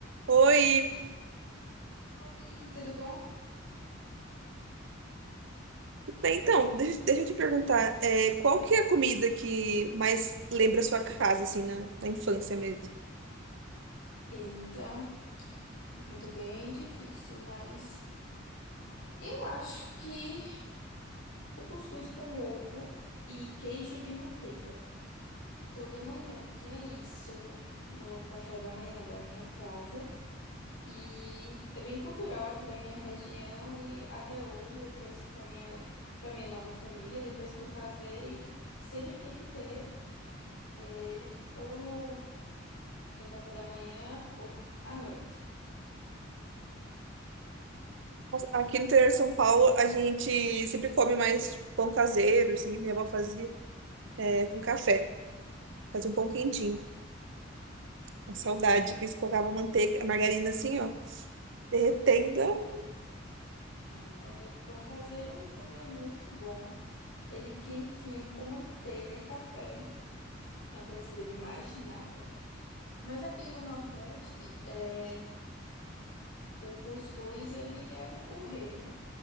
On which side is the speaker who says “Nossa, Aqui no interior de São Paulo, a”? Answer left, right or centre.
Right